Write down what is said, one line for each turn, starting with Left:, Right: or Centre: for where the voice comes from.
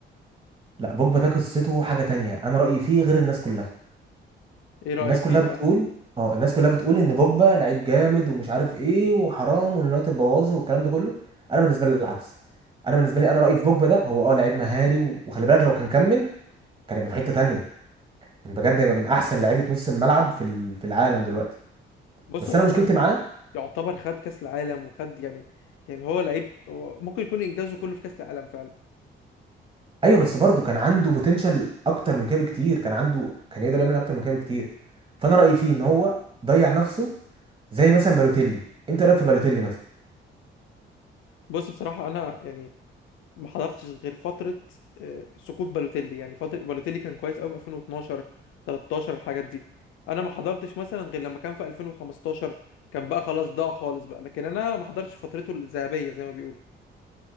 Right: لا بوجبا ده قصته حاجه تانية انا رايي فيه غير الناس كلها
Left: ايه رايك
Right: الناس كلها
Left: فيه بقى
Right: بتقول اه الناس كلها بتقول ان بوجبا لعيب جامد ومش عارف ايه وحرام واليونايتد بوظه والكلام ده كله انا بالنسبه لي العكس انا بالنسبه لي انا رايي في بوجبا ده هو اه لعيب مهاري و- وخلي بالك لو كان كمل كان يبقى في حته تانية كان بجد هيبقى من احسن لعيبه نص الملعب في ال- في العالم دلوقتي
Left: بص
Right: بس
Left: هو
Right: انا
Left: اصلا
Right: مشكلتي
Left: يعني
Right: معاه
Left: يعتبر خد كاس العالم وخد يعني يعني هو لعيب هو ممكن يكون انجازه كله في كاس العالم فعلا
Right: ايوه بس برضه كان عنده بوتنشال اكتر من كده بكتير كان عنده كان يقدر يعمل اكتر من كده بكتير فانا رايي فيه ان هو ضيع نفسه زي مثلا بالوتيلي انت إيه رايك في بالوتيلي مثلا
Left: بص بصراحه انا يعني ما حضرتش غير فترة آه، سقوط بالوتيلي يعني فترة بالوتيلي كان كويس قوي في 2012 13 الحاجات دي انا ما حضرتش مثلا غير لما كان في 2015 كان بقى خلاص ضاع خالص بقى لكن انا ما حضرتش فترته الذهبية زي ما بيقولوا